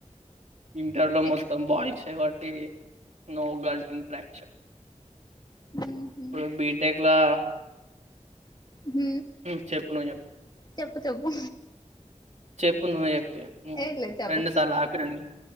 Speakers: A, on the right (about 70°); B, on the left (about 35°).
A: ఇంటర్లో
B: సిక్స్
A: మొత్తం బాయ్స్ ఏ కాట్టి నో గర్ల్ ఇంట్రాక్షన్
B: ఊహు
A: ఇప్పుడు బీటెక్ లా
B: హ
A: ఉ చెప్పు నువు చెప్పు
B: చెప్పు చెప్పు
A: చెప్పు నువ్వే చెప్పి ఇగ
B: ఏం లేదు చెప్పు
A: రెండు సార్లు ఆపి చెప్పండి